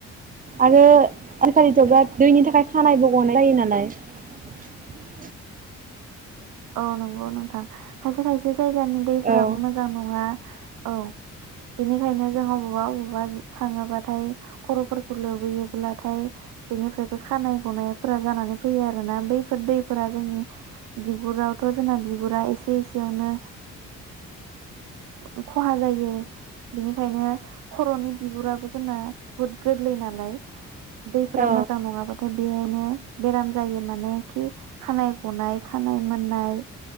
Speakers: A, on the right; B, on the right.
A: आरो आजिखालिथ' बेराद दैनि थाखाय खानायबो गनाय जायो नालाय।
B: औ नंगौ नोंथां खायसे खायसे जायगानि दैफोराबो
A: औ
B: मोजां नङा। औ बेनिखायनो जों अबावबा अबेावबा थाङोबाथाय खरफोरखौ लोबैयोब्लाथाय बेनिफ्रायबो खानाय गनायफोरा जानानै फैयो आरोना बैफोर दैफोरा जोंनि बिगुरावथ जोंना बिगुरा एसे एसेयावनो ओ खहा जायो बिनिखायनो खरनि बिगुराबो जोंना बुहुत गोरलै नालाय दैफोरा
A: औ
B: मोजां नङाबाथाय बेहायनो बेराम जायो माने खि खानाय गनाय खानाय मोननाय